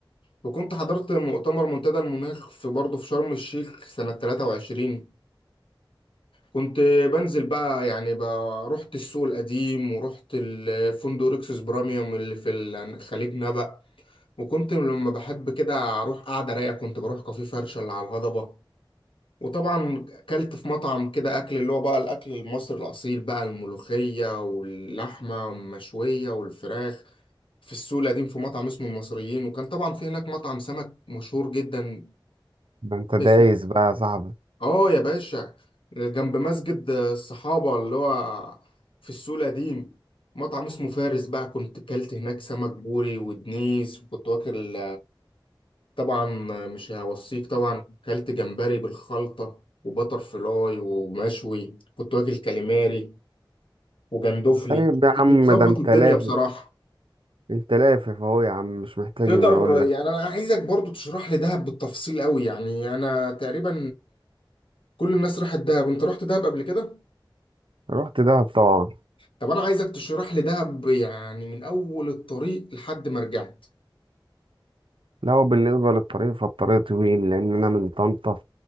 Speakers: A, on the left; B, on the right.
A: وكنت حضرت مؤتمر منتدى المناخ في برضه في شرم الشيخ سنة 23 كنت بنزل بقى يعني بقى رحت السوق القديم ورحت الفندق ريكسوس براميوم اللي في ال- خليج نبأ وكنت لما بحب كده اروح قاعدة رايقة كنت بروح كافيه فرشة اللي على الهضبة وطبعا اكلت في مطعم كده اكل اللي هو بقى الاكل المصري الاصيل بقى الملوخيه واللحمه المشويه والفراخ في السوق القديم في مطعم اسمه المصريين وكان طبعا في هناك مطعم سمك مشهور جدا
B: ده انت دايس
A: اسمه
B: بقى يا صاحبي
A: اه يا باشا جنب مسجد الصحابه اللي هو في السوق القديم مطعم اسمه فارس بقى كنت اكلت هناك سمك بوري ودنيس وكنت واكل طبعا مش هوصيك طبعا اكلت جمبري بالخلطة وبتر فلاي ومشوي كنت واكل كاليماري وجندفلي
B: طيب يا عم
A: مظبط
B: ده انت
A: الدنيا
B: لافف
A: بصراحة
B: انت لافف اهو يا عم مش محتاج
A: تقدر
B: ان اقول لك
A: يعني انا عايزك برضو تشرح لي دهب بالتفصيل قوي يعني انا تقريبا كل الناس راحت دهب انت رحت دهب قبل كده
B: رحت دهب طبعا
A: طب انا عايزك تشرح لي دهب يعني من اول الطريق لحد ما رجعت
B: لا هو بالنسبه للطريق فالطريق طويل لان انا من طنطا